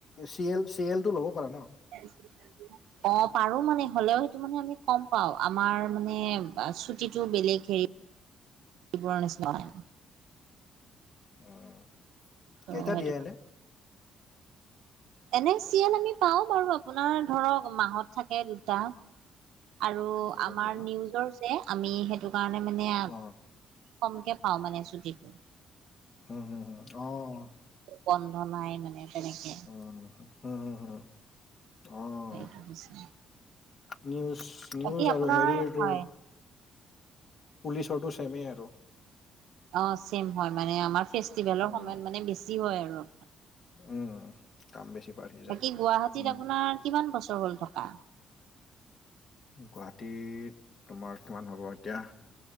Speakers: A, on the left; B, on the right.
A: চি এল চি এল টো ল'ব পাৰা ন।
B: <inaudible> অ', পাৰো মানে হ'লেও সেইটো মানে আমি কম পাওঁ আমাৰ মানে ছুটিটো বেলেগ হেৰি। <unintelligible> ক্ৰী কৰা নিচিনা হয়
A: উম,
B: তো
A: কেইটা
B: সেইটো।
A: দিয়ে এনে?
B: এনে চিএমল আমি পাওঁ বাৰু আপোনাৰ ধৰক মাহত থাকে দুটা। আৰু
A: দুটা
B: আমাৰ
A: দিয়ে ন?
B: নিউজৰ যে আমি সেইটো কাৰণে মানে
A: অ',
B: কমকে পাঊও মানে চুটি
A: উম, হুম, হুম অ'।
B: বন্ধ নাই মানে তেনেকে।
A: উ, হম হু হু। অ',
B: হেৰিটো হৈছে।
A: নিউজ নিউজ
B: বাকী আপোনাৰ
A: আৰু হেৰিটো।
B: হয়
A: পুলিচৰটো চেমেই আৰু।
B: অ', ছেম হয় মানে আমাৰ ফেষ্টিভেলৰ
A: উম,
B: সময়ত মানে বেছি হয় আৰু।
A: উম, কাম বেছি বাঢ়ি যায়।
B: বাকী গুৱাহাটীত
A: উম,
B: আপোনাৰ কিমান বছৰ হ'ল থকা?
A: গুৱাহাটীত তোমাৰ কিমান হ'ব এতিয়া।